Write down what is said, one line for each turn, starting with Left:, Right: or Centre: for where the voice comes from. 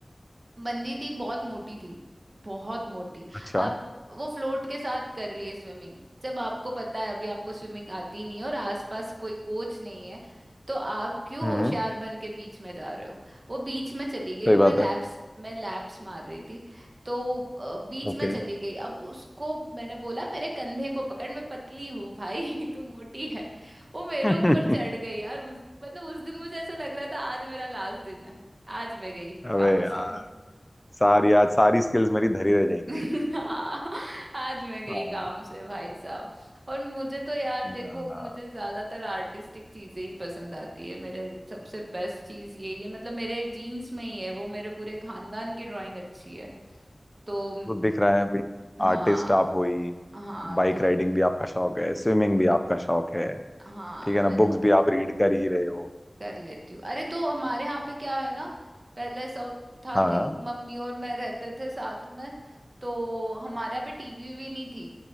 Right: बंदी थी बहुत मोटी थी बहुत मोटी
Left: अच्छा
Right: अब वो फ्लोट के साथ कर रही है स्विमिंग जब आपको पता है अभी आपको स्विमिंग आती नहीं है और आसपास कोई कोच नहीं है तो आप क्यों
Left: हम्म
Right: होशियार बन के बीच में जा रहे हो वो बीच में चली गई
Left: सही
Right: और
Left: बात
Right: मैं लैप्स
Left: है
Right: मैं लैप्स मार रही थी तो अ, बीच
Left: ओके
Right: में चली गई अब उसको मैंने बोला मेरे कंधे को पकड़ मैं पतली हूँ भाई <laughs> तू मोटी है वो मेरे
Left: <laughs>
Right: ऊपर चढ़ गई यार उस मतलब उस दिन मुझे ऐसा लग रहा था आज मेरा लास्ट दिन है आज मैं गई
Left: अबे
Right: काम
Left: यार
Right: से
Left: सारी आज सारी स्किल्स मेरी धरी रह जाएंगी
Right: <laughs> हाँ आज मैं गई
Left: हाँ
Right: काम से भाई साहब और मुझे तो यार देखो
Left: ना ना
Right: मुझे ज्यादातर आर्टिस्टिक चीजें ही पसंद आती है मेरे सबसे बेस्ट चीज यही है मतलब मेरे जीन्स में ही है वो मेरे पूरे खानदान की ड्राइंग अच्छी है तो
Left: तो दिख रहा है भाई
Right: हाँ
Left: आर्टिस्ट आप हो ही
Right: हाँ
Left: बाइक
Right: तो
Left: राइडिंग भी आपका शौक है स्विमिंग भी आपका शौक है
Right: हाँ
Left: ठीक है
Right: मैं
Left: ना बुक्स भी आप रीड कर ही रहे हो
Right: कर लेती हूँ अरे तो हमारे यहाँ पे क्या है ना पहले ऐसा होत- था
Left: हाँ
Right: कि मम्मी और मैं रहते थे साथ में तो हमारे यहाँ पे टीवी भी नहीं थी